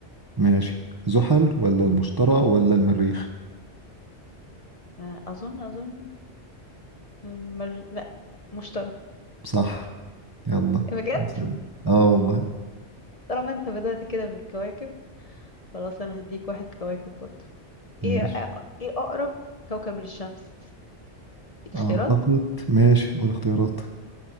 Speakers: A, on the right (about 25°); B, on the left (about 35°).
A: ماشي زحل ولا المشتري ولا المريخ
B: آه، اظن اظن المر... لا مشتري
A: صح يلا
B: بجد
A: يا سلام. اه والله
B: طالما انت بدأت كده بالكواكب خلاص انا هديك واحد كواكب برضو ايه
A: ماشي
B: آه، ايه اقرب كوكب للشمس اديك اختيارات
A: اعتقد ماشي قول اختيارات